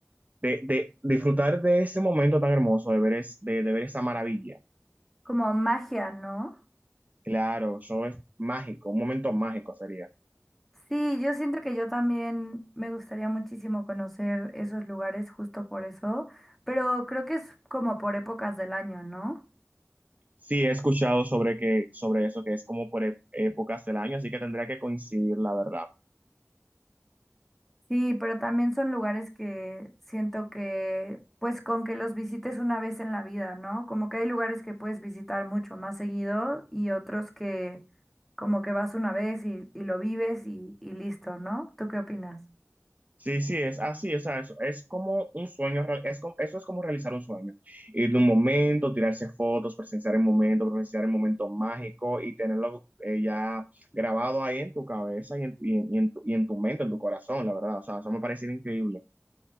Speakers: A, on the right (about 30°); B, in the centre.
A: de, de- disfrutar de ese momento tan hermoso, de ver, es- de, de ver esa maravilla.
B: Como magia, ¿no?
A: Claro, eso es mágico, un momento mágico sería.
B: Sí, yo siento que yo también me gustaría muchísimo conocer esos lugares justo por eso, pero creo que es como por épocas del año, ¿no?
A: Sí, he escuchado sobre que, sobre eso, que es como por e- épocas del año, así que tendría que coincidir, la verdad.
B: Sí, pero también son lugares que siento que, pues con que los visites una vez en la vida, ¿no? Como que hay lugares que puedes visitar mucho más seguido y otros que como que vas una vez y, y lo vives y, y listo, ¿no? ¿Tú qué opinas?
A: Sí, sí, es así, o sea, es, es como un sueño, real- es como- eso es como realizar un sueño, ir de un momento, tirarse fotos, presenciar el momento, presenciar el momento mágico y tenerlo eh, ya grabado ahí en tu cabeza y en, y en- y en tu, y en tu mente, en tu corazón, la verdad, o sea, eso me parece increíble.